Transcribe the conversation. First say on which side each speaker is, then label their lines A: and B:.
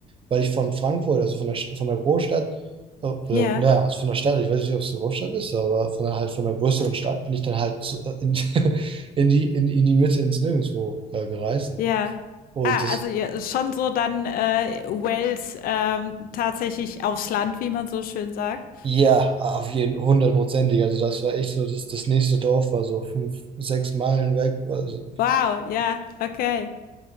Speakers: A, on the right; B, on the left.
A: weil ich von Frankfurt, also von der, St- von der Großstadt, äh, oder,
B: Ja,
A: naja, also von der Stadt, ich weiß nicht, ob es eine Großstadt ist, aber von der, halt von der größeren Stadt bin ich dann halt zu, äh, in, <laughs> in die, in, in die Mitte ins Nirgendwo äh, gereist.
B: ja.
A: Und
B: Ah,
A: das,
B: also ja, schon so dann äh, Wales ähm, tatsächlich aufs Land, wie man so schön sagt.
A: Ja, auf jeden hundertprozentig. Also das war echt so, das, das nächste Dorf war so fünf, sechs Meilen weg. Also,
B: Wow, ja, okay.